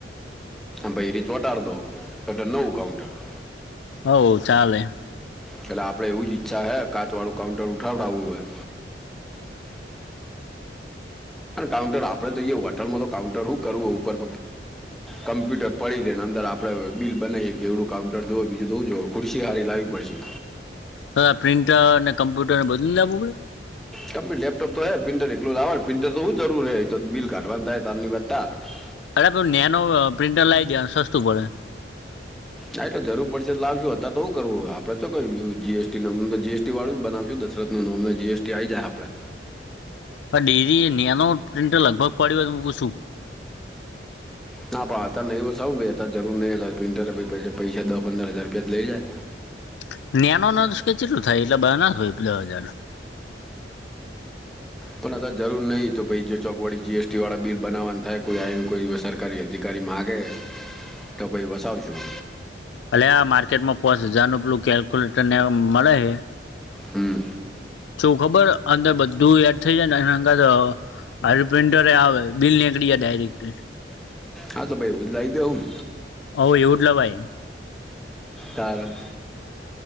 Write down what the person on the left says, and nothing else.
હા, ચાલશે.
હા, પ્રિન્ટર અને કમ્પ્યુટર પણ બદલી લેવા પડશે.
અરે, નાનું પ્રિન્ટર લાવી દે, સસ્તું પડે.
પણ ડેરીનું નાનું પ્રિન્ટર લગભગ કેટલામાં પડે, એ હું પૂછી લઉં.
નાનું હોય તો કેટલામાં થાય? બે હજાર જેટલામાં હોય.
ભલે, આ માર્કેટમાં પાંચ હજારનું પેલું કેલ્ક્યુલેટર પણ મળે છે.
જો, અંદર બધું એડ થઈ જાય ને. આવે બિલ નીકળે ડાયરેક્ટ.
ઓ એવું.